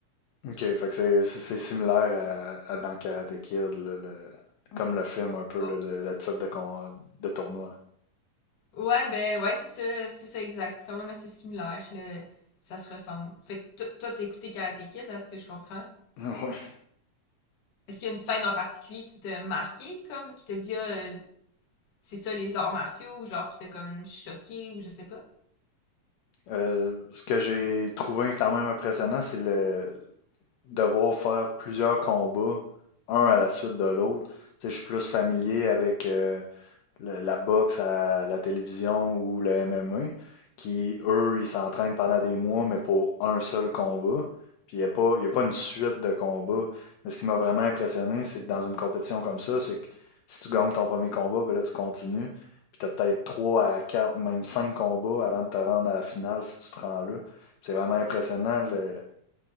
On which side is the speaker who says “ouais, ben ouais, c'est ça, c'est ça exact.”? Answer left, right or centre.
Left